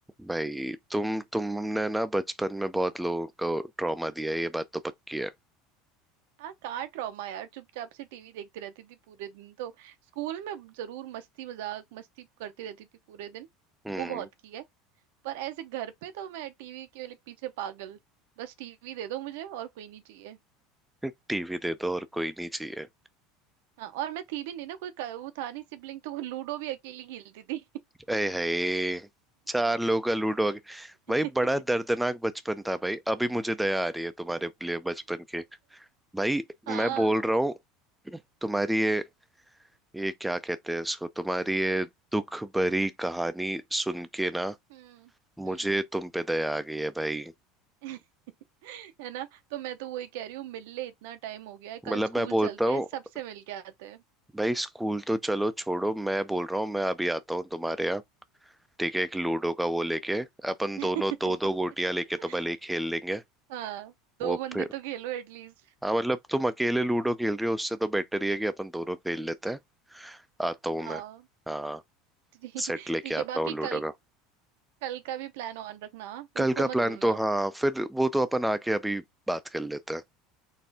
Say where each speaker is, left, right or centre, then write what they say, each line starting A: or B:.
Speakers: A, in the centre; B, on the right.
A: भाई तुम तुमने ना बचपन में बहुत लोगों को ट्रॉमा दिया है, ये बात तो पक्की है
B: हाँ कहाँ ट्रॉमा यार चुपचाप से टीवी देखती रहती थी पूरे दिन तो स्कूल में जरूर मस्ती मजाक मस्ती करती रहती थी पूरे दिन
A: हम्म
B: वो बहुत की है पर ऐसे घर पे तो मैं टीवी के लिए पीछे पागल बस टीवी दे दो मुझे और कोई नहीं चाहिए
A: टीवी दे दो और कोई नहीं चाहिए
B: हाँ और मैं थी भी नहीं ना कोई क- वो था नहीं सिबलिंग तो वो लूडो भी अकेली खेलती थी
A: अय हाय चार लोगों का लूडो आ गया
B: <laughs>
A: भाई बड़ा दर्दनाक बचपन था भाई अभी मुझे दया आ रही है तुम्हारे लिए बचपन के भाई
B: हाँ
A: मैं बोल रहा हूँ तुम्हारी ये ये क्या कहते हैं इसको तुम्हारी ये दुख भरी कहानी सुन के ना
B: हम्म हम्म
A: मुझे तुम पे दया आ गई है भाई
B: <laughs> है ना तो मैं तो वही कह रही हूँ मिल ले इतना टाइम हो गया है कल
A: मतलब
B: स्कूल
A: मैं बोलता
B: चलते
A: हूँ
B: हैं सबसे मिल के आते हैं
A: भाई स्कूल तो चलो छोड़ो मैं बोल रहा हूँ मैं अभी आता हूँ तुम्हारे यहाँ ठीक है एक लूडो का वो लेके अपन
B: <laughs>
A: दोनों दो दो गोटियां लेके तो भले ही खेल लेंगे
B: हाँ दो
A: वो
B: बंदे
A: फिर
B: तो खेलो एटलीस्ट
A: हाँ मतलब तुम अकेले लूडो खेल रहे हो उससे तो बेटर ही है कि अपन दोनों खेल लेते हैं आता हूँ
B: हाँ
A: मैं हाँ
B: ठीक
A: सेट लेके
B: ठीक
A: आता
B: है बाकी
A: हूँ लूडो
B: कल
A: का
B: कल का भी प्लान ऑन रखना हाँ? उसको
A: कल का
B: मत
A: प्लान
B: भूलना
A: तो हाँ फिर वो तो अपन आके अभी बात कर लेते हैं